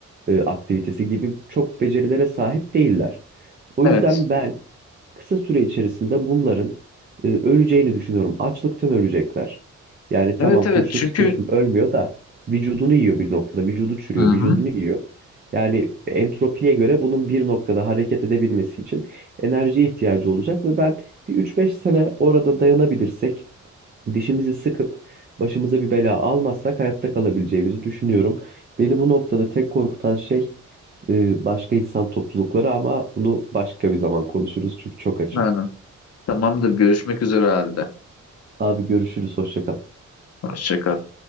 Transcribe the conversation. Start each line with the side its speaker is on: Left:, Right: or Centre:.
Right: e, aktivitesi gibi çok becerilere sahip değiller. O
Left: Evet.
Right: yüzden ben kısa süre içerisinde bunların e, öleceğini düşünüyorum. Açlıktan ölecekler. Yani tamam
Left: Evet
Right: kurşun
Left: evet çünkü...
Right: sıkıyorsun ölmüyor da vücudunu yiyor bir noktada. Vücudu çürüyor,
Left: Hı hı.
Right: vücudunu yiyor. Yani entropiye göre bunun bir noktada hareket edebilmesi için enerjiye ihtiyacı olacak ve ben bir üç beş sene orada dayanabilirsek Dişimizi sıkıp başımıza bir bela almazsak hayatta kalabileceğimizi düşünüyorum. Beni bu noktada tek korkutan şey e, başka insan toplulukları ama bunu başka bir zaman konuşuruz çünkü çok açım.
Left: Aynen. Tamamdır. Görüşmek üzere halde.
Right: Abi görüşürüz, hoşça kal.
Left: Hoşça kal.